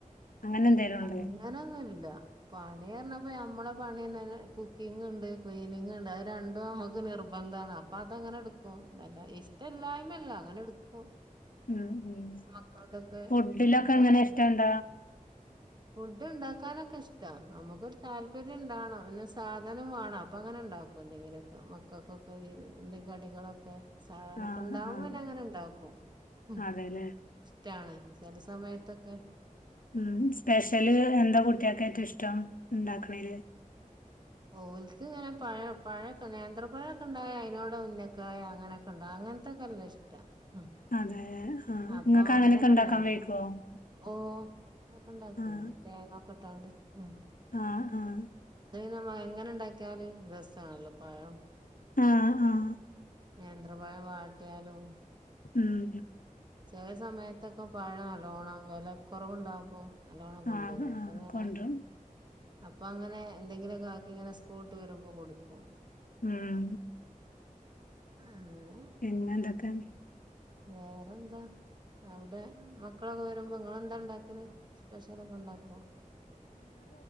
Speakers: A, on the left (about 80°); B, on the right (about 30°).
A: അങ്ങനെ എന്തേലും ഉണ്ടോ
B: അങ്ങനൊന്നുല്ല പണി പറഞ്ഞപ്പ ഞമ്മളെ പണിന്നെ കുക്കിങ് ഉണ്ട് ക്ലീനിങ് ഉണ്ട് അത് രണ്ടും നമ്മുക്ക് നിർ നിർബന്ധാണ് അപ്പൊ അതങ്ങനെ എടുക്കും ഇഷ്ട്ടില്ലായ്മല്ല അങ്ങനെ എടുക്കും
A: ഉം ഉം
B: മക്കൾതൊക്കെ
A: ഫുഡിലൊക്കെ
B: നമ്മള്
A: എങ്ങനെ ഇഷ്ടണ്ട
B: ഫുഡ് ഉണ്ടാക്കാനൊക്കെ ഇഷ്ടാ നമുക്കൊരു താല്പര്യം ഉണ്ടാവണം പിന്നെ സാധനം വേണം അപ്പൊ അങ്ങനെ ഉണ്ടാക്കും എന്തെങ്കിലുമൊക്കെ മക്കക്കൊക്കെ എന്തെ കടികളോക്കെ സാധനൊക്കെ
A: ആഹ്
B: ഇണ്ടാവുമ്പോ
A: ആഹ്
B: പിന്നെ അങ്ങനെ ഇണ്ടാക്കും ഉം
A: അതെല്ലേ
B: ട്ടാണ് ചില സമയത്തൊക്കെ
A: ഉം സ്പെഷ്യല് എന്താ കുട്ടിയക്ക് ഏറ്റവും ഇഷ്ടം ഉണ്ടാക്കണെല്
B: ഓള്ക്ക് ഇങ്ങനെ പഴം പഴ നേന്ത്ര പഴൊക്കെ ഉണ്ടായ അയിനോടെ ഉന്നക്കായ അങ്ങനൊക്കൊണ്ട് അങ്ങനത്തെക്കെല്ലാ ഇഷ്ട ഉം
A: അതെ ആഹ്
B: അപ്പൊ
A: ഇങ്ങക്ക് അങ്ങനെയൊക്കെ
B: അങ്ങനൊക്കെ
A: ഉണ്ടാക്കാൻ
B: ഉണ്ടാക്കും
A: വൈക്കോ
B: ഉം അതൊക്കെ ഉണ്ടാക്കുണ്ട്
A: ആഹ്
B: തേങ്ങോക്കിട്ടാണ്ട് ഉം
A: ആഹ് ആഹ്
B: നമ്മൾ എങ്ങനെ ഉണ്ടാക്കിയലും രസവാണല്ലോ പഴം
A: ആഹ് ആഹ്
B: നേന്ത്രപ്പഴം വാട്ടിയാലും
A: ഉം
B: ചില സമയത്തൊക്കെ പഴം നല്ലോണം വില കുറവുണ്ടാപ്പോ നല്ലോണം കൊണ്ടുവരും
A: ആഹ് ആഹ്
B: അപ്പങ്ങിനെ
A: കൊണ്ടരും
B: അപ്പൊ അങ്ങനെ എന്തെങ്കിലുമൊക്കെ ആക്കി ഇങ്ങനെ സ്കൂളിട്ട് വരുമ്പോ കൊടുക്കും
A: ഉം
B: അങ്ങനെ
A: പിന്നെ എന്തൊക്കെയുണ്ട്
B: വേറെന്താ അവിടെ മക്കളൊക്കെ വരുമ്പോ നിങ്ങളെന്താ ഇണ്ടാക്കല് സ്പെഷ്യല് ഒക്കെ ഉണ്ടാക്കുവോ